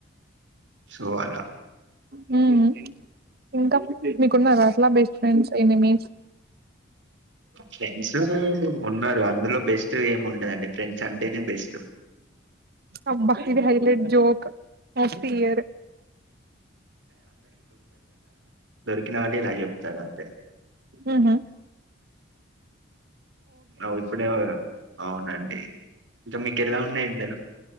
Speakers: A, on the right (about 70°); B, on the right (about 50°).
A: సోవాల
B: హ్మ్ ఇంకా మీకున్నారా అట్లా బెస్ట్ ఫ్రెండ్స్ ఎనిమీస్
A: ఫ్రెండ్స్ ఉన్నారు అందులో బెస్ట్ ఏం ఉండదండి ఫ్రెండ్స్ అంటేనే బెస్ట్
B: అబ్బా ఇది highlight joke of the year
A: దొరకిన వాళ్ళు ఇలా చెప్తారంతే
B: ఊ హూ
A: అ ఇప్పుడే అవునండి ఇంకా మీకు ఎలా ఉన్నాయి ఎండలు